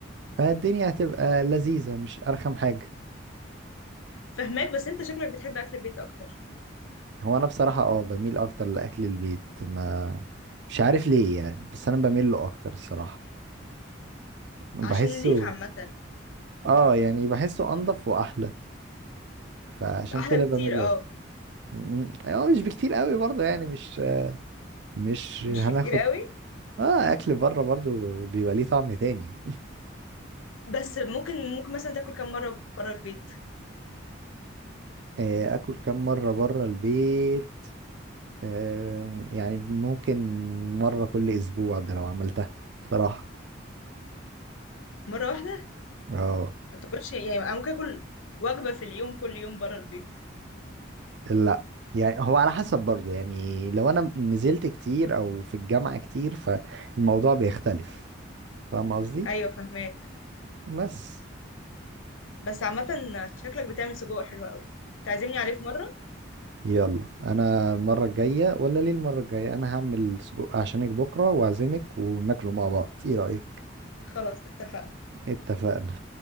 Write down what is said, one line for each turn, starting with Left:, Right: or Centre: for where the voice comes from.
Right: فالدنيا هتبقى لذيذة مش ارخم حاجة
Left: فهماك بس انت شكلك بتحب اكل البيت اكتر
Right: هو انا بصراحة اه بميل اكتر لاكل البيت ما مش عارف ليه يعني بس انا بميل له اكتر الصراحة بحسه
Left: عشان نضيف عامه
Right: اه يعني بحسه انضف واحلى فعشان
Left: احلى
Right: كده
Left: بكتير
Right: بميل له
Left: اه
Right: مم. اه مش بكتير قوي برضه يعني مش مش
Left: مش
Right: هناخد
Left: بكتير قوي
Right: اه اكل بره برضه بيبقى ليه طعم تاني
Left: بس ممكن ممكن مثلا تاكل كم مره بره البيت
Right: آه، اكل كام مره بره البيت آه يعني ممكن مره كل اسبوع ده لو عملتها بصراحه
Left: مره واحده
Right: اه
Left: ما تاكلش يعني انا ممكن اكل وجبه في اليوم كل يوم بره البيت
Right: لا يعني هو على حسب برضه يعني لو انا نزلت كتير او في الجامعه كتير فالموضوع بيختلف فاهم قصدي
Left: ايوه فهماك
Right: بس
Left: بس عامه شكلك بتعمل سجق حلو قوي تعزمني عليه في مره
Right: يلا انا المره الجايه ولا ليه المره الجايه انا هعمل سجق عشانك بكره واعزمك وناكله مع بعض ايه رايك
Left: خلاص اتفقنا
Right: اتفقنا